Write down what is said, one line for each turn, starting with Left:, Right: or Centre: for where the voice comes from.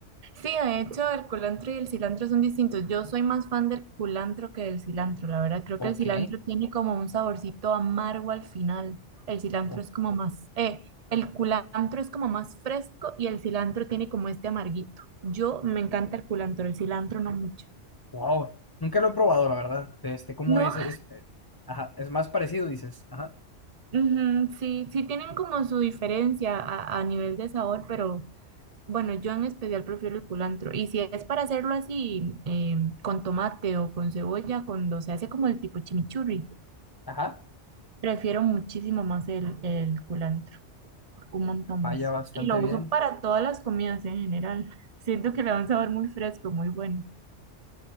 Right: Sí, de hecho, el culantro y el cilantro son distintos. Yo soy más fan del culantro que del cilantro, la verdad. Creo
Left: Ok.
Right: que el cilantro tiene como un saborcito amargo al final. El cilantro
Left: Ok.
Right: es como más, eh, el culantro es como más fresco y el cilantro tiene como este amarguito. Yo me encanta el culantro, el cilantro no mucho.
Left: Wow. Nunca lo he probado, la verdad. De este, ¿cómo
Right: No,
Left: es? Es, eh, ajá, es más parecido, dices. Ajá.
Right: ujú, sí, sí tienen como su diferencia a, a nivel de sabor, pero bueno, yo en especial prefiero el culantro. Y si es para hacerlo así, eh, con tomate o con cebolla, cuando se hace como el tipo chimichurri,
Left: Ajá.
Right: prefiero muchísimo más el, el culantro, un montón
Left: Vaya
Right: más.
Left: bastante
Right: Y lo
Left: bien.
Right: uso para todas las comidas en general. Siento que le da un sabor muy fresco, muy bueno.